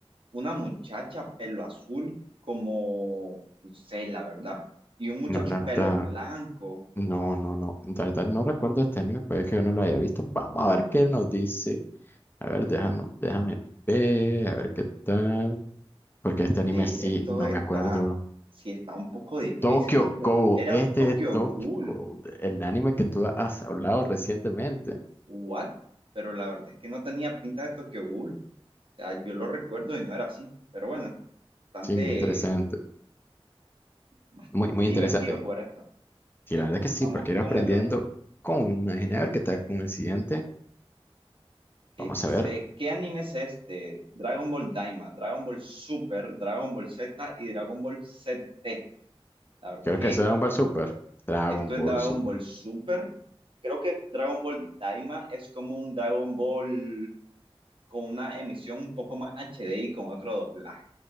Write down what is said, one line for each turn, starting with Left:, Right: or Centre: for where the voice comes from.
Right: una muchacha pelo azul como, no sé, la verdad, y un muchacho
Left: No, la
Right: pelo
Left: verdad,
Right: blanco.
Left: no, no, no. La verdad no recuerdo este anime, puede que yo no lo haya visto. Vamos a ver qué nos dice. A ver, déjame, déjame ver, a ver qué tal. Porque este
Right: Ok,
Left: anime
Right: esto
Left: sí, no
Right: está,
Left: me acuerdo.
Right: sí está un poco difícil,
Left: Tokyo
Right: fíjate.
Left: Ghoul,
Right: Era
Left: este
Right: Tokyo
Left: es Tokyo
Right: Ghoul.
Left: Ghoul, el anime que tú has hablado recientemente.
Right: u- What? Pero la verdad es que no tenía pinta de Tokyo Ghoul. O sea, yo lo recuerdo y no era así. Pero bueno, bastante,
Left: Sí, muy interesante.
Right: bastante
Left: Muy, muy
Right: divertido
Left: interesante.
Right: jugar esto.
Left: Sí,
Right: Ok,
Left: la verdad que sí,
Right: vamos
Left: porque ir
Right: con
Left: aprendiendo
Right: el otro.
Left: con, imaginé a ver qué tal con el siguiente.
Right: Que
Left: Vamos
Right: dice,
Left: a ver.
Right: ¿qué anime es este? Dragon Ball Daima, Dragon Ball Super, Dragon Ball Z y Dragon Ball ZT. La verdad
Left: Creo
Right: es que
Left: que es Dragon Ball Super. Dragon
Right: Esto es
Left: Ball
Right: Dragon
Left: Super.
Right: Ball Super. Creo que Dragon Ball Daima es como un Dragon Ball con una emisión un poco más HD y con otro doblaje,